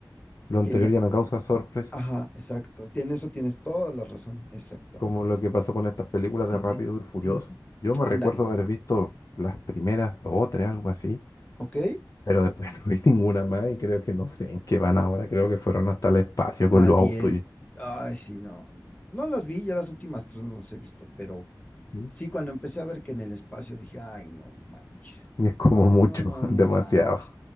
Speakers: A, on the left; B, on the left.
A: lo anterior
B: que ya,
A: ya no causa sorpresa.
B: ajá, exacto. En eso tienes toda la razón, exactamente.
A: como lo que pasó con estas películas de
B: <clears throat>
A: Rápido y Furioso. Yo me
B: Ándale,
A: recuerdo haber visto las primeras dos o tres, algo así,
B: ¿ok?
A: pero después <laughs> no vi ninguna más y creo que no sé en qué van ahora. Creo que fueron hasta el espacio
B: La
A: con los
B: diez
A: autos y,
B: ay, sí, no, no las vi, ya las últimas tres no las he visto, pero
A: Sí.
B: sí, cuando empecé a ver que en el espacio dije, ay, no manches,
A: y es como
B: no,
A: mucho,
B: no
A: <laughs>
B: manches,
A: demasiado.